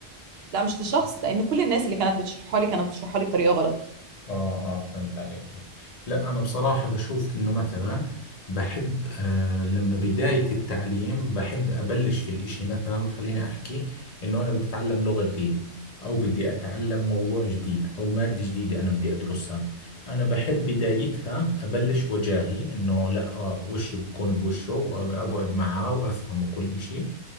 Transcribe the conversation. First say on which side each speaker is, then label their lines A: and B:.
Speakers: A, on the right (about 65°); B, on the left (about 35°).
A: لا مش لشخص لان كل الناس اللي كانت بتشرحها لي كانت بتشرحها لي بطريقه غلط
B: اه اه فهمت عليك لا انا بصراحة بشوف انه مثلا بحب آه لما بداية التعليم بحب ابلش في الاشي مثلا خليني احكي انه انا بدي اتعلم لغة جديدة او بدي اتعلم موضوع جديد او مادة جديدة انا بدي ادرسها انا بحب بدايتها ابلش وجاهي انه لا آه وشي بكون بوشه واقعد معاه وافهمه كل اشي